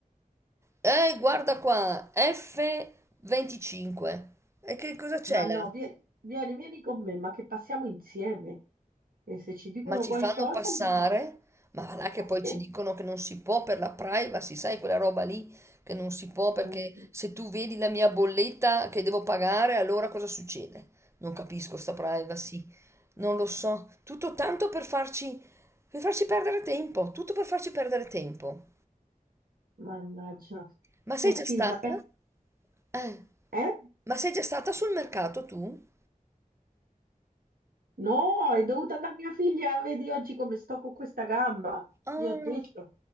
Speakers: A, on the right (about 20°); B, on the right (about 80°).
A: Eh, guarda qua, F25. E che cosa c'è
B: Ma no,
A: là?
B: vieni, vieni, vieni con me, ma che passiamo insieme. E se ci dicono
A: ma ci
B: qualcosa,
A: fanno passare,
B: gli dici,
A: ma va là che
B: ma
A: poi
B: sì che...
A: ci dicono che non si può per la privacy, sai quella roba lì che non si può perché
B: Mm,
A: se tu vedi la mia bolletta che devo pagare, allora cosa succede? Non capisco sta privacy, non lo so, tutto tanto per farci, per farci perdere tempo, tutto per farci perdere tempo.
B: Mannaggia.
A: Ma sei
B: Eh sì,
A: già stata?
B: ma...
A: Eh,
B: Eh?
A: ma sei già stata sul mercato tu?
B: No, è dovuta a mia figlia, vedi oggi come sto con questa gamba.
A: Ah,
B: Gli ho detto,